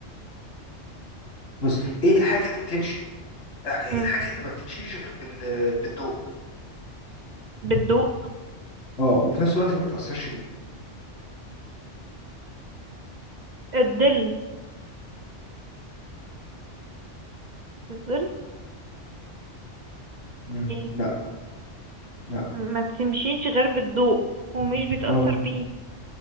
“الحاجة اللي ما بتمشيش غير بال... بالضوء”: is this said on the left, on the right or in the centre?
Left